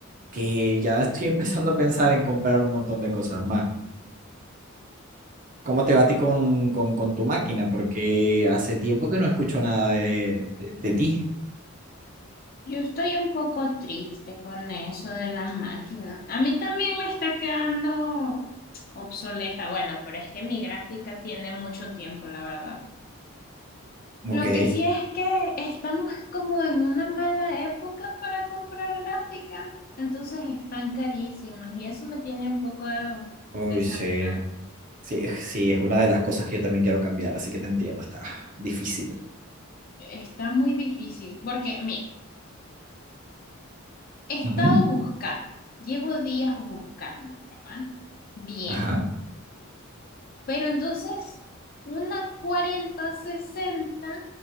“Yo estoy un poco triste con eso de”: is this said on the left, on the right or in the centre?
Left